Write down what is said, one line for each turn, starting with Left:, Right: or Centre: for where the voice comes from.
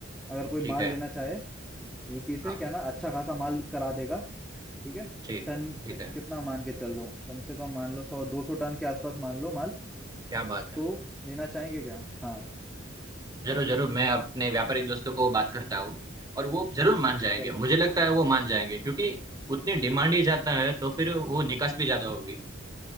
Centre: अगर कोई
Right: ठीक
Centre: माल
Right: है
Centre: लेना चाहे यूपी से
Right: हाँ
Centre: कहना अच्छा खासा माल करा देगा ठीक है
Right: ठीक
Centre: टन
Right: ठीक है
Centre: कितना मान के चल लो कम से कम मान लो सौ दो सौ टन के आसपास मान लो माल
Right: क्या बात है
Centre: तो लेना चाहेंगे क्या हाँ
Right: जरूर जरूर मैं अपने व्यापारी दोस्तों को बात करता हूँ और वो जरूर मान जाएंगे
Centre: चलो
Right: मुझे लगता है वो मान जाएंगे क्योंकि उतनी डिमांड ही ज्यादा है तो फिर वो निकास भी ज्यादा होगी